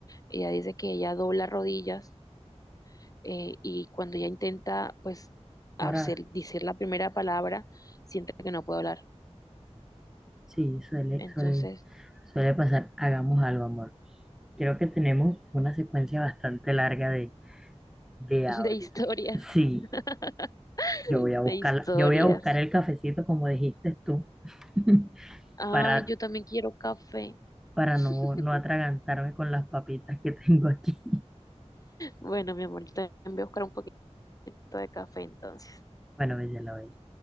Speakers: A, on the left (about 30°); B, in the centre.
A: Ella dice que ella dobla rodillas eh, y cuando ella intenta pues hacer,
B: Orar.
A: decir la primera palabra, siente que no puede hablar.
B: Sí, suele,
A: Entonces
B: suele, suele pasar. Hagamos algo, amor. Creo que tenemos una secuencia bastante larga de, de
A: de
B: audio.
A: historias,
B: Sí,
A: <laughs>
B: yo voy a buscar,
A: de historias.
B: yo voy a buscar el cafecito, como dijiste tú, <laughs>
A: Ah,
B: para,
A: yo también quiero café.
B: para
A: <laughs>
B: no, no atragantarme con las papitas que tengo aquí.
A: Bueno, mi amor, yo también voy a buscar un poquito de café entonces.
B: Bueno, bella la bella.